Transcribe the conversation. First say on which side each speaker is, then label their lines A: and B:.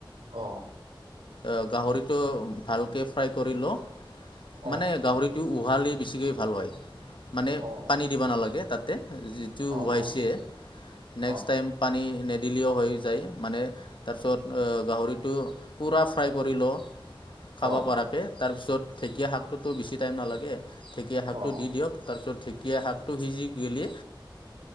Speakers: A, on the right; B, on the left.
A: অঁ
B: অহ, গাহৰিটো ভালকৈ ফ্ৰাই কৰি ল,
A: অ',
B: মানে গাহৰিটো উহালি বেছিকৈ ভাল হয়, মানে
A: অ',
B: পানী দিব নালাগে তাত যিটো
A: অ', অ',
B: ৱাইছে,
A: অ',
B: নেক্স
A: অ'।
B: টাইম পানী নেদিলেও হয়। মানে তাৰ পিছত গাহৰিটো পুৰা ফ্ৰাই কৰি ল
A: অ',
B: খাব পৰাকে, তাৰ পিছত ঢেঁকীয়া শাকটোতো বেছি টাইম নালাগে। ঢেঁকীয়া
A: অ',
B: শাকটো
A: অ',
B: দি দিয়ক, তাৰ পিছত ঠিক এতিয়া শাকটো সিজি গিলে